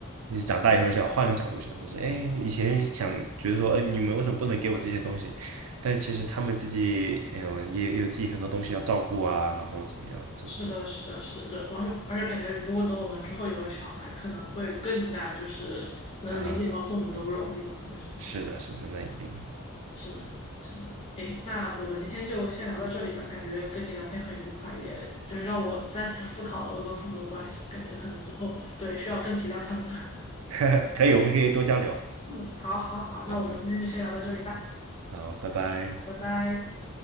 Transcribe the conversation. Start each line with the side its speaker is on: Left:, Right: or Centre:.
Right: 你长大以后想换一个角度想，就是哎，以前想觉得说，哎，你们为什么不能给我这些东西？但其实他们自己，嗯，也也有自己很多东西要照顾啊，然后怎么样，就是
Left: 是的，是的，是的，对，而且而且感觉，如果等我们之后有了小孩，可能会更加就是能理解到父母的不容易吧，
Right: 啊，
Left: 可能是，
Right: 是的，是的，那一定，
Left: 是的，是的。诶，那我们今天就先聊到这里吧，感觉跟你聊天很愉快，也就是让我再次思考了我跟父母的关系，感觉可能之后对需要更体谅他们。<laughs>
Right: <laughs> 可以，我们可以多交流，
Left: 嗯，好，好，好，那我们今天就先聊到这里吧，
Right: 然后，然后，拜拜。
Left: 好，拜拜。